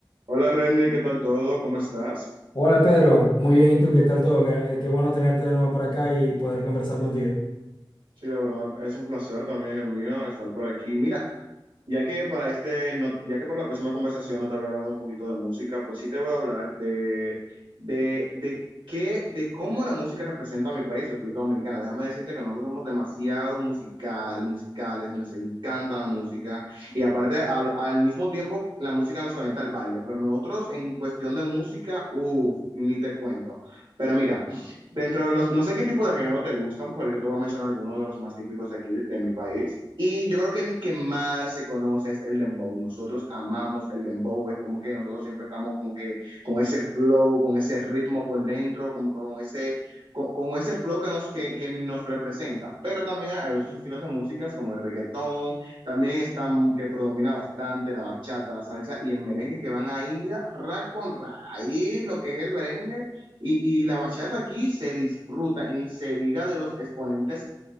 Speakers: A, on the right; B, on the left.
A: Hola Renny, ¿qué tal todo? ¿Cómo estás?
B: Hola Pedro, muy bien, ¿y tú? ¿Qué tal todo? Qué, qué bueno tenerte de nuevo por acá y poder conversar contigo.
A: Sí, la verdad es un placer también el mío estar por aquí. Mira, ya que para este, no- ya que para la próxima conversación no te había hablado un poquito de música, pues sí te voy a hablar de, de, de qué, de cómo la música representa a mi país, República Dominicana. Déjame decirte que nosotros somos demasiado musical, musicales, nos encanta la música y aparte al, al mismo tiempo la música nos conecta al baile, pero nosotros en cuestión de música, uff, ni te cuento. Pero mira. Dentro de los, no sé qué tipo de género te gustan, pero yo te voy a mencionar algunos de los más típicos de aquí, de, de mi país. Y yo creo que el que más se conoce es el dembow. Nosotros amamos el dembow, es como que nosotros siempre estamos como que con ese flow, con ese ritmo por dentro, como que con ese, con, con ese flow que nos, que, que nos representa. Pero también hay otros estilos de músicas como el reggaetón, también están que predomina bastante la bachata, la salsa y el merengue que van ahí, mira, ra con ra. Ahí lo que es el merengue y, y la bachata aquí se disfruta y ni se diga de los exponentes